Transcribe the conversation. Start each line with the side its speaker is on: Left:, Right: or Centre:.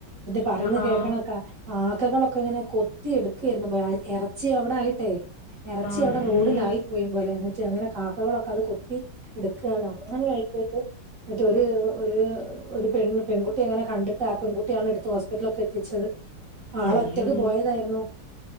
Right: പറഞ്ഞ്
Left: ആ ആ
Right: കേക്കണം കഹ ആക്കകളൊക്കെ ഇങ്ങനെ കൊത്തി എടുക്കായിരുന്നു പോ എറച്ചി അവിടായിട്ടേ ഇറച്ചി
Left: അയ്യോ
Right: അവിടെ റോഡിലായി പോയിം പോലെ എന്നി ച്ചെ അങ്ങനെ കാക്കകളൊക്കെ അത് കൊത്തി എടുക്കുകാണ് അങ്ങനെ ആയിപോയിട്ട് ന്നിട്ട് ഒര് ഒര് ഒരുപെൺ പെൺകുട്ടി എങ്ങനെ കണ്ടിട്ട് ആഹ് പെൺകുട്ടിയാണ് എടുത്ത് ഹോസ് വീട്ടിലൊക്കെ എത്തിച്ചത് ആളൊറ്റക്ക്
Left: അയ്യോ
Right: പോയതായിരുന്നു